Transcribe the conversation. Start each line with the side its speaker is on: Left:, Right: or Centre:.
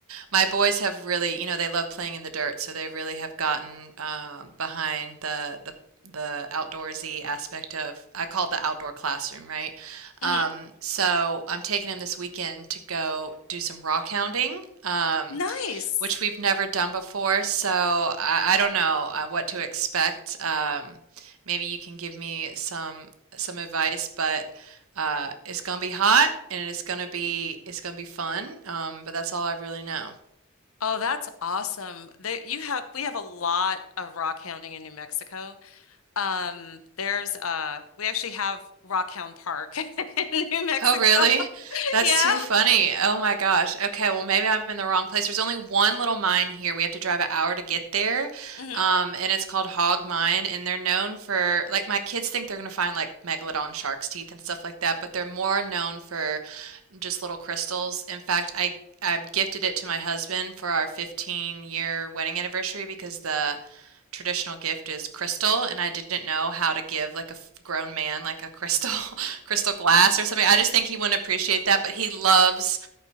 Right: My boys have really, you know, they love playing in the dirt, so they really have gotten um, behind the the the outdoorsy aspect of, I call it the outdoor classroom, right?
Left: Mm-hmm.
Right: Um, so I'm taking him this weekend to go do some rock hounding, um,
Left: Nice.
Right: which we've never done before. So I, I don't know uh, what to expect. Um, maybe you can give me some some advice, but uh, it's gonna be hot and it's gonna be it's gonna be fun. Um, but that's all I really know.
Left: Oh, that's awesome. There you have we have a lot of rock hounding in New Mexico. Um, there's uh we actually have Rockhound Park <laughs> in New Mexico.
Right: Oh, really?
Left: <laughs>
Right: That's
Left: Yeah.
Right: too funny. Oh my gosh. Okay, well maybe I'm in the wrong place. There's only one little mine here. We have to drive an hour to get there.
Left: hmm
Right: Um, and it's called Hog Mine, and they're known for like my kids think they're gonna find like megalodon shark's teeth and stuff like that, but they're more known for just little crystals. In fact, I I gifted it to my husband for our 15 year wedding anniversary because the traditional gift is crystal and I didn't know how to give like a grown man like a crystal <laughs> crystal glass or something. I just think he wouldn't appreciate that, but he loves